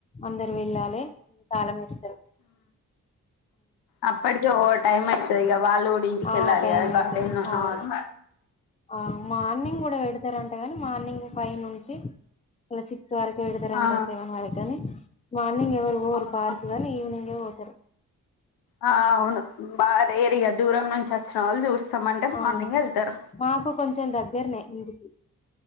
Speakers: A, on the left; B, on the left.
A: అందరు వెళ్ళాలె తాళం మేస్తరు
B: అప్పటికీ ఓ టైం అవుతుది ఇక వాళ్ళు కూడా ఇంటిక వెళ్ళాలి
A: ఆ టైం
B: కదా
A: అయితది
B: గార్డెన్ ఉన్న
A: అవును
B: వాళ్ళు
A: ఆ మార్నింగ్ గూడా పెడతరంట మార్నింగ్ ఫైవ్ నుంచి <inaudible> సిక్స్ వరకు విడతరంట
B: ఆ
A: సేవన్ వరక్ గాని మార్నింగ్ ఎవరు
B: అవును
A: పార్క్ గానీ ఈవినింగ్ ఏ సరే
B: ఆ అవును బారేరియా దూరం నుంచి వచ్చిన వాళ్ళు చూస్తామంటే
A: ఆ
B: మార్నింగ్ వెళ్తారు
A: నాకు కొంచెం దగ్గర్నే మీదికి